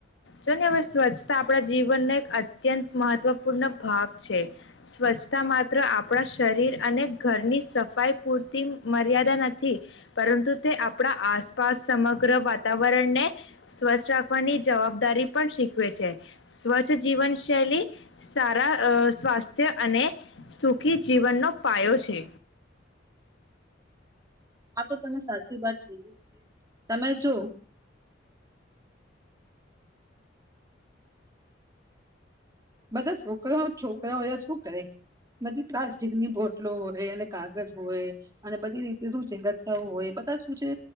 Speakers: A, on the left (about 75°); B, on the right (about 20°).
A: જો ને હવે સ્વચ્છતા આપણા જીવનનો એક અત્યંત મહત્વપૂર્ણ ભાગ છે સ્વચ્છતા માત્ર આપણા શરીર અને ઘરની સફાઈ પૂરતી મર્યાદા નથી પરંતુ તે આપણા આસપાસ સમગ્ર વાતાવરણને સ્વચ્છ રાખવાની જવાબદારી પણ શીખવે છે સ્વચ્છ જીવન શૈલી સારા અ સ્વાસ્થ્ય અને સુખી જીવનનો પાયો છે
B: આ તો તમે સાચ વાત કરી તમે જો બધા છોકરાઓ છોકરાઓ શું કરે બધી પ્લાસ્ટિકની બોટલો હોય અને કાગજ હોય અને બધી રીતે શું છે ગથ્થાઓ હોય બધા શું છે